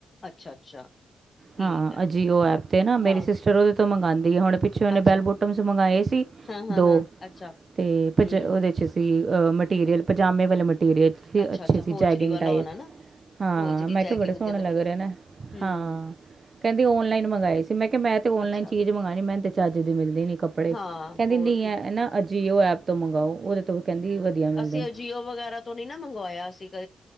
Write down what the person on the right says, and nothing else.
ਹਾਂ
ਅਜੀਓ ਉਹ ਐਪ ਤੇ ਨਾ ਮੇਰੀ
ਸਿਸਟਰ ਉਹਦੇ ਤੋਂ ਮੰਗਾਦੀ ਹੁਣ ਉਹਨੇ
ਬੈਲ ਬੋਟਮ ਮੰਗਾਏ ਸੀ
ਤੋ
ਉਹਦੇ
ਚ ਸੀ ਅਹ ਮਟੀਰੀਅਲ ਪਜਾਮੇ ਵਾਲੇ ਮਟੀਰੀਅਲ
ਅੱਛੇ
ਸੀ
ਚੈਕਿੰਗ
ਟਾਈਪ
ਮੈਂ
ਕਿਹਾ ਬੜੇ ਸੋਹਣੇ
ਲਗ
ਨਾ
ਹਾਂ ਕੈਂਦੀ ਆਨਲਾਈਨ ਮੰਗਾਏ ਸੀ ਮੈਂ ਕਿਹਾ ਮੈਂ ਤੇ ਆਨਲਾਈਨ
ਚੀਜ਼ ਮੰਗਾ ਰਹੀ ਮੈਂ ਤੇ ਚੱਜ ਦੀ ਮਿਲਦੀ ਨਹੀਂ ਕੱਪੜੇ।
ਕਹਿੰਦੀ
ਨਹੀਂ
ਹ ਨਾ ਅਜੀਓ ਐਪ ਤੋਂ ਮੰਗਾਓ ਉਹਦੇ ਤੋਂ ਕਹਿੰਦੀ। ਮਿਲਦੇ
ਨੇ।